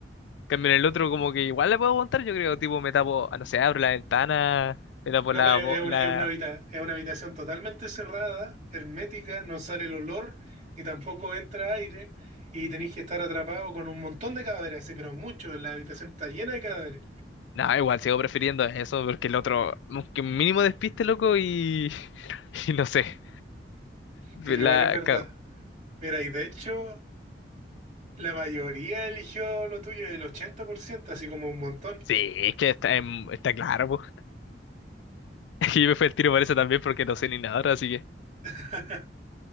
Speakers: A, on the left (about 90°); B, on the right (about 45°).
A: Cambio en el otro como que igual la puedo aguantar, yo creo. Tipo, me tapo, ah, no sé, abro la ventana, me tapo
B: No,
A: la...
B: pero
A: bo-
B: es una,
A: la...
B: es una habita- es una habitación totalmente cerrada, hermética, no sale el olor, ni tampoco entra aire, y tenéis que estar atrapado con un montón de cadáveres, sí, pero muchos, la habitación está llena de cadáveres.
A: No, igual sigo prefiriendo eso porque el otro, que un mínimo despiste, loco, y... <laughs> Y no sé, la
B: Sí, igual es verdad.
A: cago.
B: Mira, y de hecho, la mayoría eligió lo tuyo, el 80%, así como un montón.
A: Sí, es que está, en- está claro, pues. <laughs> Y me fue el tiro por eso también porque no sé ni nada, así que...
B: <laughs>